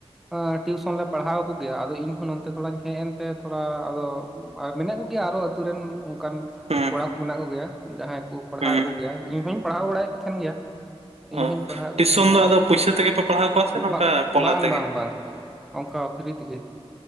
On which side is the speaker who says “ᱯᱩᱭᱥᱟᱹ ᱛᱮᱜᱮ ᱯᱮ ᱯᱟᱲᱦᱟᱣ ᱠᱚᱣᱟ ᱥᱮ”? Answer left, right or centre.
Right